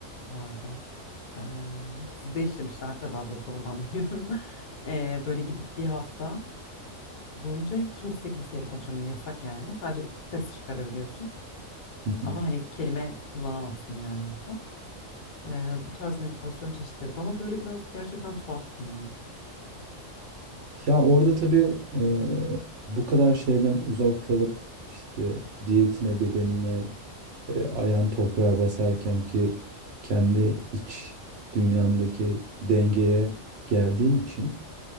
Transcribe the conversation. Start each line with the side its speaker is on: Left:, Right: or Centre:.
Left: vardı. E, sizde işlemişlerdi de daha doğrusu oradan <laughs> biliyorum. E, böyle gidip bir hafta. boyunca kimse kimseyle konuşamıyor. Yasak yani. Sadece ses çıkarabiliyorsun.
Right: <laughs>
Left: Ama hani kelime kullanamazsın yani aslında. Ee, bu tarz meditasyon çeşitleri bana böyle biraz gerçekten tuhaf geliyor.
Right: Ya orada tabii e, bu kadar şeyden uzak kalıp işte diyetine, bedenine, e, ayağın toprağa basarken ki kendi iç dünyandaki dengeye geldiğin için